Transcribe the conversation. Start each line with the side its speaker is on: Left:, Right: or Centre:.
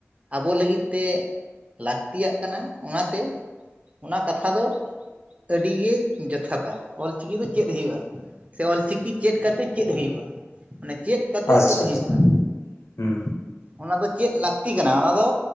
Right: ᱟᱵᱚ ᱞᱟᱹᱜᱤᱫ ᱛᱮ ᱞᱟᱹᱠᱛᱤᱭᱟᱜ ᱠᱟᱱᱟ ᱚᱱᱟ ᱛᱮ ᱚᱱᱟ ᱠᱟᱛᱷᱟ ᱫᱚ ᱟᱹᱰᱤ ᱜᱮ ᱡᱚᱛᱷᱟᱛ-ᱟ, ᱚᱞ ᱪᱤᱠᱤ ᱫᱚ ᱪᱮᱫ ᱦᱩᱭᱩᱜ-ᱟ? ᱥᱮ ᱚᱞ ᱪᱤᱠᱤ ᱪᱮᱫ ᱠᱟᱛᱮ ᱪᱮᱫ ᱦᱩᱭᱩᱜ-ᱟ? ᱪᱮᱫ ᱠᱟᱛᱮ
Left: ᱟᱪᱪᱷᱟ
Right: ᱪᱮᱫ
Left: ᱟᱪᱪᱷᱟ
Right: ᱦᱩᱭᱩᱜ-ᱟ?
Left: ᱦᱩᱸ
Right: ᱚᱱᱟ ᱫᱚ ᱪᱮᱫ ᱞᱟᱹᱠᱛᱤ ᱠᱟᱱᱟ, ᱚᱱᱟ ᱫᱚ